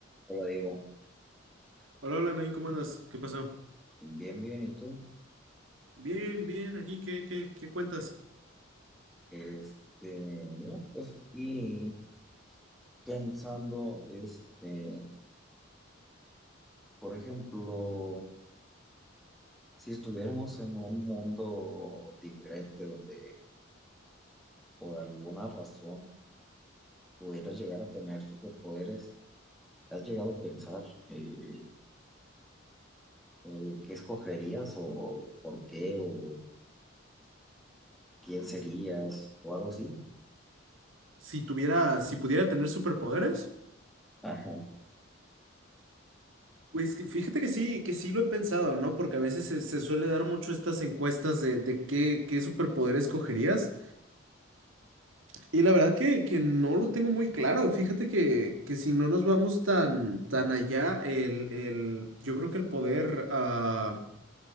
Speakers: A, in the centre; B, on the right.
A: Hola, Diego.
B: Hola, hola, Nain, ¿cómo andas? ¿Qué pasó?
A: Bien, bien, ¿y tú?
B: Bien, bien, aquí, ¿qué, qué, qué cuentas?
A: Este, no, pues aquí pensando, este, por ejemplo, si estuviéramos en un mundo diferente donde por alguna razón pudieras llegar a tener superpoderes, ¿has llegado a pensar eh, eh, qué escogerías o por qué o quién serías o algo así?
B: Si tuviera, si pudiera tener superpoderes.
A: Ajá,
B: Pues que fíjate que sí, que sí lo he pensado, ¿no? Porque a veces se, se suele dar mucho estas encuestas de, de qué, qué superpoder escogerías. Y la verdad que, que no lo tengo muy claro. Fíjate que, que si no nos vamos tan, tan allá, el, el, yo creo que el poder. ah,